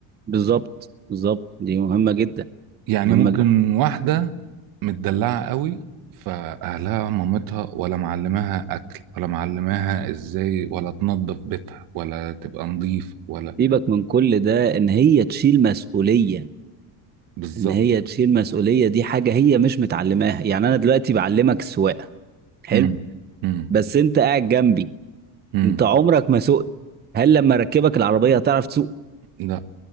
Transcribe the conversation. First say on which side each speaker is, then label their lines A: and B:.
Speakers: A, on the right; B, on the right.
A: بالظبط بالظبط دي مهمة جدا
B: يعني
A: مهمة
B: ممكن
A: جدا
B: واحدة متدلعة قوي فأهلها مامتها ولا معلماها أكل ولا معلماها إزاي ولا تنظف بيتها ولا تبقى نظيفة ولا
A: سيبك من كل ده إن هي تشيل مسؤولية
B: بالظبط
A: إن هي تشيل مسؤولية دي حاجة هي مش متعلماها يعني أنا دلوقتي بعلمك السواقة حلو
B: مم. مم.
A: بس أنت قاعد جنبي
B: مم.
A: أنت عمرك ما سوقت هل لما ركبك العربية هتعرف تسوق؟
B: لا